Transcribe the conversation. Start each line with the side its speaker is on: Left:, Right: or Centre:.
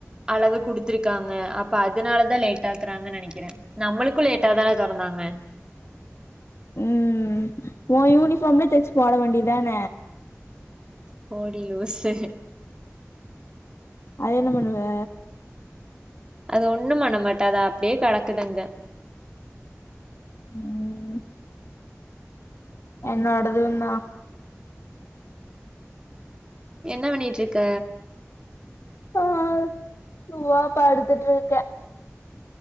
Right: அளவு குடுத்திருக்காங்க அப்ப அதனாலதா லேட் ஆக்குறாங்க நெனைக்கிறே நம் அவளுக்கு லேட்டா தா தெறந்தாங்க
Left: ம் ஓ யூனிஃபார்ம்லே தச்சு போட வேண்டிதான
Right: போடி லூசு
Left: அதயென்ன பண்ணுவ
Right: அது ஒண்ணு பண்ண மாட்ட அது அப்டியே கொடக்கட்டு அங்க
Left: ம் என்னோடதுயிந்தா
Right: என்ன பண்ணிட்ருக்க
Left: ஆ சுமா படுத்துட்டுருக்கே